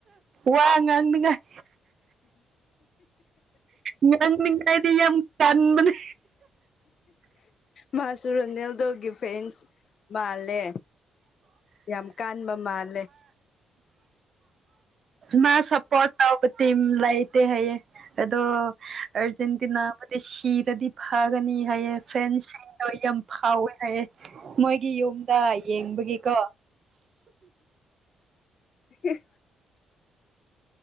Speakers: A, on the right (about 50°); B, on the left (about 55°).
A: ꯋꯥ ꯉꯥꯡꯅꯤꯉꯥꯏ ꯉꯪꯃꯤꯉꯥꯏꯗꯤ ꯌꯥꯝ ꯀꯟꯕꯅꯦ
B: ꯃꯥꯁꯨꯨꯔꯅꯤꯦꯜꯗꯒꯤ ꯐꯦꯟꯁ ꯃꯥꯜꯂꯦ ꯌꯥꯝ ꯀꯥꯟꯕ ꯃꯥꯜꯂꯦ
A: ꯃꯥ ꯁꯄꯣꯠ ꯇ ꯇꯤꯝ ꯂꯥꯏꯇ ꯍꯥꯏꯌꯦꯦ ꯑꯗꯣ ꯑꯔꯖꯦꯟꯇꯤꯅꯥ ꯃ ꯁꯤꯤꯔꯗꯤ ꯐꯥꯒꯅꯤ ꯍꯥꯏꯑꯦ ꯐ꯭ꯔꯦꯟꯁꯤꯡꯗꯣ ꯌꯥꯝ ꯐꯥꯎꯋꯦ ꯍꯥꯏꯑꯦ ꯃꯣꯏꯒꯤ ꯌꯨꯝ ꯇ ꯌꯦꯡꯕꯒꯤꯀꯣ
B: <unintelligible>